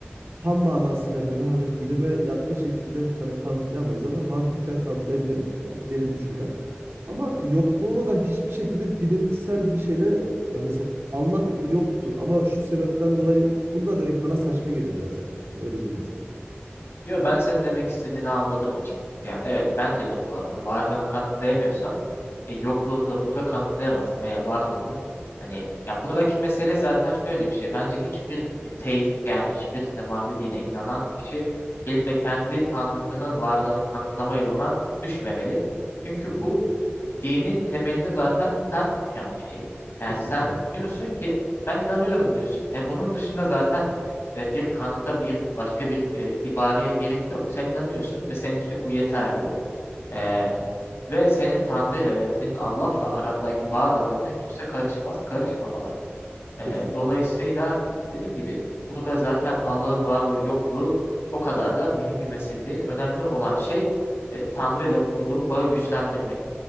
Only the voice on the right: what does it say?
tam manasıyla böyle hani bilime yatkın şekilde hani kanıtlayamayız ama mantıken kanıtlayabiliriz. Yani benim düşüncem.
Ama yokluğunu da hiçbir şekilde bilimsel bir şeyle ya mesela Allah yoktur ama şu sebepten dolayı bunu da demek bana saçma geliyor biraz yani. Hani Öyle diyeyim mesela.
Hı hı.
Kesinlikle.
Hı hı.
Kesinlikle.